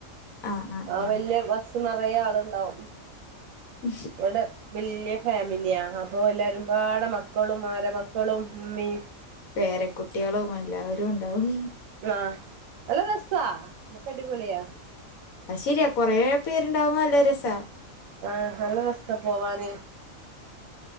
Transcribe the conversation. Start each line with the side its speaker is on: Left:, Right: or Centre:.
Left: ആഹ് ആഹ്
Right: ആ
Left: ആഹ്
Right: വലി യ ബസ്സ് നിറയ ആള് ണ്ടാവും
Left: ഉ
Right: ഇവിടെ വലിയ ഫാമിലിയാ അപ്പോ എല്ലാവരുംപാട് മക്കളും ആരമക്കളും ഇ മ്മീ
Left: പേരകുട്ടികളും എല്ലാവരും ഉണ്ടാവും
Right: ആഹ ന ല്ല രസ മക്കടിപോ ളിയാ
Left: അ ശരിയാ കൊറെ പേരുണ്ടാവും നല്ല രസ
Right: ആഹ നല്ല ര സ പോവാന്